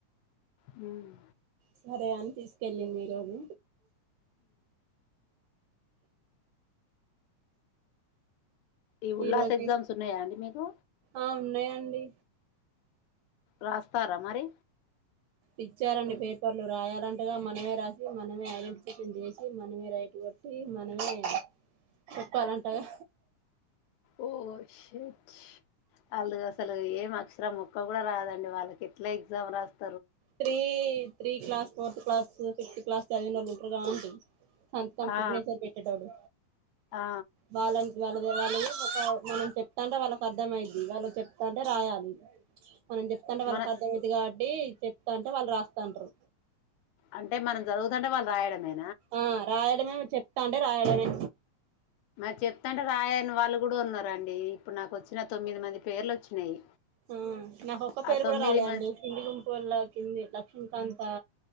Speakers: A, on the left; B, on the right.
A: మ్మ్
B: సరే అని తీసుకెళంది ఈరోజు
A: ఈ ఉల్లాస
B: ఈరోజు తీ
A: ఎగ్జామ్స్ ఉన్నాయా అండి మీకు
B: ఆ ఉన్నాయి అండి
A: రాస్తారా మరి
B: ఇచ్చా అండి పే పేపర్ లో రాయాలంటగా మనమే రాసి మనమే ఐడెంటిఫికేషన్ చేసి మనమే రైట్ కొట్టి మనమే చెప్పాలి అంట కదా
A: ఓ చెట్స్ ఆలు అసలు ఏం అక్షరామ్ ముక్ క్క కూడా రాదు అండి వాళ్ళకి ఎట్లా ఎగ్జామ్ రాస్త
B: three three class fourth class fifth class చదివినోలు ఉంటరుగా అంటి సంతకం సిగ్నేచర్
A: ఆ
B: పెట్టేటోలు
A: ఆ
B: వాళ్ళని వాళ్ళ వాళ్ళ ఇ ఒక మనం చెప్తాంటే వాళ్ళకి అర్థం అయిద్ది వాళ్ళు చెప్తాంటే రాయాలి మనం చెప్తాంటే వాళ్ళకి
A: మన
B: అర్థంఅయితది కాబట్టి చెప్తా అంటే వాళ్ళు రాస్తాంటారు
A: అంటే మనం చదువుతుంటే వాళ్ళు రాయడమే
B: ఆ రాయడమే చెప్తాంటే రాయడమే
A: మరి చెప్తంటే రాయని వాళ్ళు కూడా ఉన్నారు అండి ఇప్పుడు నాకు వచ్చిన తొమ్మిది మంది పేర్లు వచ్చినాయి
B: హ నాకు ఒక్క పేరు
A: ఆ తొమ్మిది
B: కూడా రాలెండి
A: మంది
B: కింది గుంపు వల్ల కింది లక్ష్మీకాంతా